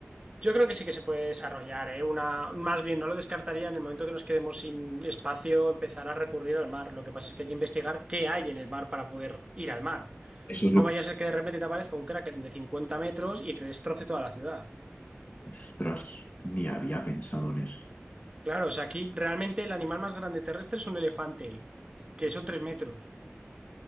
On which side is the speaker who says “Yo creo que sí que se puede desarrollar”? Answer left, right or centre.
Right